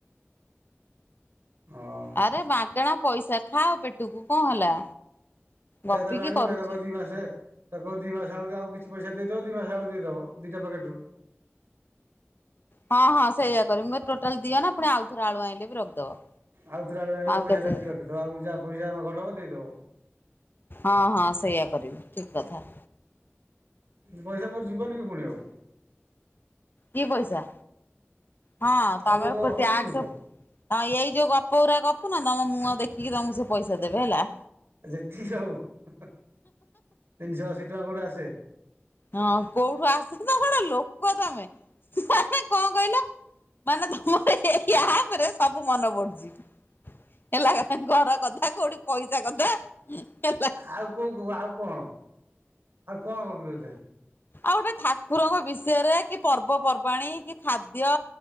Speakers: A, on the right; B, on the left.
A: ହଁ
B: ଆରେ ମାଗେଣା ପଇସା ଖାଅ ପେଟକୁ କଅଁ ହେଲା।
A: <unintelligible>
B: ଗପିକି
A: ଦି
B: କରୁଛେ
A: ମାସେ ତାକୁ କହିବ ଦିଇ ମାସ ଆଳକୁ ଆଉ କିଛି ପଇସା ଦେଇଦବ ଦି ମାସ ଆଳୁ ଦେଇଦବ ଦିଟା ପାକେଟ୍ ରୁ।
B: ହଁ ହଁ ସେଇଆ କରିବି ମୁଁ କହିବି ଟୋଟାଲ୍ ଦିଅନା ପୁଣି ଆଉଥରେ ଆଳୁ ଆଣିଲେ ବି ରଖିଦବ।
A: ଆଉ ଥରେ ଅଳୁ ଆଇଁଲା ବଳୁ
B: ଆଉ
A: ପଇସା
B: କେତେ
A: କାଟିକି ରଖିଦବ ଆଉ ଯହା ପଇସା <unintelligible> ଦେଇଦେବ।
B: ହଁ ହଁ ସେଇଆ କରିବି ଠିକ୍ କଥା।
A: ପଇସା ମୋର ଯିବନି କି ଫୁଣି ଆଉ।
B: ଦି ପଇସା ହଁ <unintelligible>
A: ଆଉ ହବନି
B: ଟ୍ୟାକ୍ସ
A: କି ପଇସା
B: ହଁ ଏଇ ଯୋଉ ଗପ ଗୁୁରା ଗପୁ ନା ତମ ମୁଅଁ ଦେଖିକି ତମକୁ ସେ ପଇସା ଦେବେ ହେଲା।
A: ଜେଠି ହଉ ତିନିଶହ ଅଶୀ ଟଙ୍କା କୋଉଠୁ ଆସେ?
B: ହଁ କୋଉଠୁ ଆସେ ନା କଣ ଲୋକ ତମେ ମାନେ କଅଁ କହିଲ? ମାନେ ତମର ଏଇ ଆପ ରେ ସବୁ ମନ ପଡୁଚି। ହେଲା ଘର କଥା କୋଉଠି ପଇସା କଥା ହେଲା
A: ଆଉ କୋଉ କୋଉ ଆଉ କଣ ଆଉ କଣ ଗପିବ ଏଥେରେ?
B: ଆଉ ଗୋଟେ ଠାକୁରଙ୍କ ବିଷୟରେ କି ପର୍ବପର୍ବାଣୀ କି ଖାଦ୍ୟ